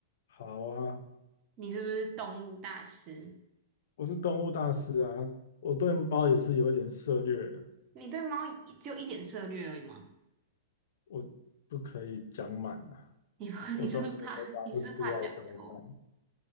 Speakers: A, on the left; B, on the right.
A: 好啊，
B: 你是不是动物大师？
A: 我是动物大师啊，我对猫也是有一点涉略的，
B: 你对猫一只有一点涉略而已吗？
A: 我不可以讲满啊，
B: 你 <laughs>
A: 我到时候回答不出来怎么办？
B: 你是不是怕你是不是怕讲错？